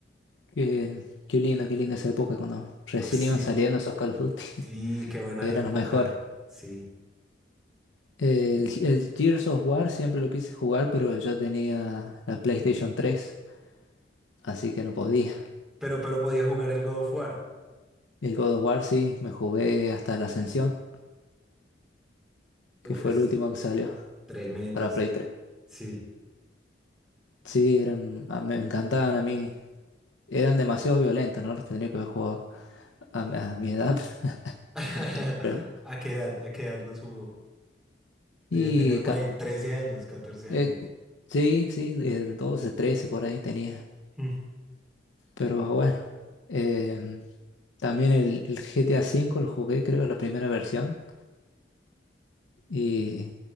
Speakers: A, on the left; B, in the centre.
A: Qué, qué linda, qué linda esa época cuando recién
B: Oh, sí,
A: iban saliendo esos Call of Duty.
B: sí,
A: <laughs>
B: qué buena
A: Eran
B: época,
A: los mejores.
B: sí.
A: El, el Gears of War siempre lo quise jugar, pero yo tenía la PlayStation 3 así que no podía.
B: Pero, pero podía jugar el God of War.
A: El God of War sí, me jugué hasta la Ascensión,
B: Uf,
A: que fue
B: esos
A: el último que salió.
B: tremendos,
A: Para Play 3.
B: sí.
A: Sí, eran, a- me encantaban a mí. Eran demasiado violentos, ¿no? Los tendría que haber jugado a, a mi edad. <laughs>
B: <laughs>
A: pero-
B: ¿A qué edad, a qué edad los jugó? Debía
A: Y
B: tener por
A: ca-
B: ahí 13 años, 14 años.
A: eh, sí, sí, eh, 12, 13 por ahí tenía.
B: Mm.
A: Pero bueno, em, también el, el GTA V lo jugué, creo, la primera versión. Y